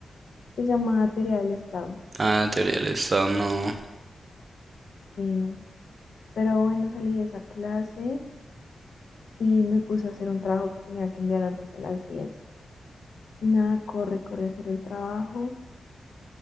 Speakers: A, on the left (about 65°); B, on the right (about 40°).
A: se llamaba teoría del Estado.
B: Ah, teoría del Estado, no.
A: eh, pero bueno, salí de esa clase y me puse a hacer un trabajo que tenía que enviar antes de las diez Y nada, corre, corre a hacer el trabajo.